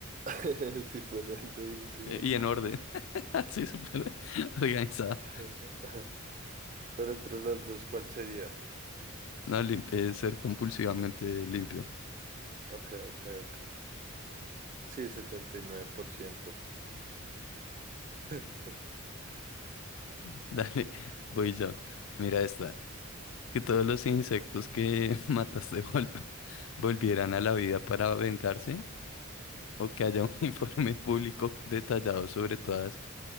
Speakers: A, on the right; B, on the left.
A: <laughs> Si pone algo ahí encima.
B: Eh, Y en orden. <laughs> Así, súper organizada.
A: <laughs> Pero entre las dos, ¿cuál sería?
B: No, lim- eh, ser compulsivamente limpio.
A: Ok, ok, ok. Sí, setenta y nueve por ciento <laughs>
B: <laughs> Dale, voy yo. Mira esta. Que todos los insectos que <laughs> mataste vol- volvieran a la vida para vengarse. O que haya un <laughs> informe público detallado sobre todas.